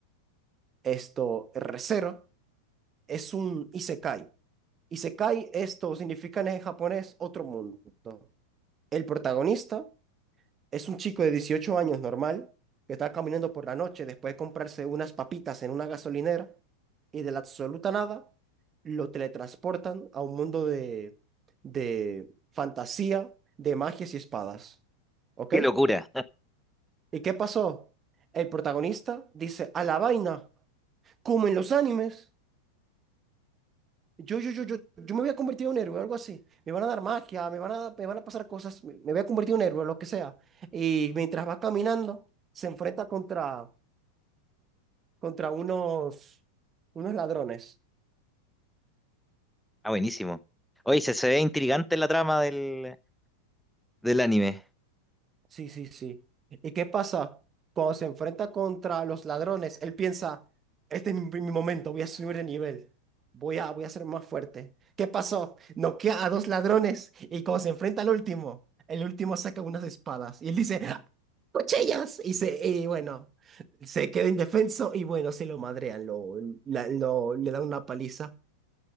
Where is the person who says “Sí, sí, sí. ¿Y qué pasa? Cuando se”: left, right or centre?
Right